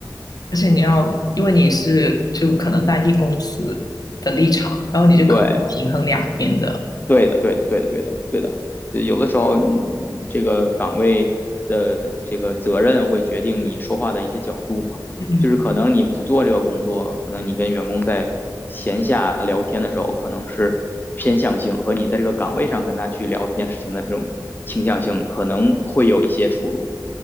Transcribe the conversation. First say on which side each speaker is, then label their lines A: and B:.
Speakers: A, on the left; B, on the left.
A: 而且你要，因为你是就可能代替公司的立场，然后你就可能要平衡两边的，
B: 对，对的，对的，对的，对的，对的。就有的时候，嗯这个岗位的这个责任会决定你说话的一些角度嘛。
A: 嗯
B: 就是可能你不做这个工作，可能你跟员工在闲下聊天的时候，可能是偏向性和你在这个岗位上跟他去聊这件事情的这种倾向性，可能会有一些出入。